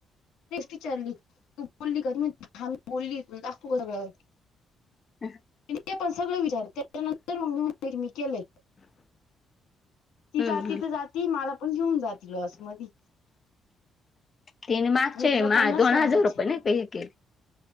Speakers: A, on the left; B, on the left.
A: विचारली तू बोलली का ह मी बोलली त दाखवू सगळं <unintelligible>
B: ह!
A: ती पण सगळं विचार त्याच्यानंतर मग मी मी केले <unintelligible> ती
B: हम्म
A: जाती
B: हम्म
A: त जाती माला पण घेऊन जाती लॉस मधी.
B: तीन मागचे
A: मी तिला
B: मा
A: पन्नास
B: दोन
A: टाइम
B: हजार
A: विचार
B: रुपये नाही का हे केले.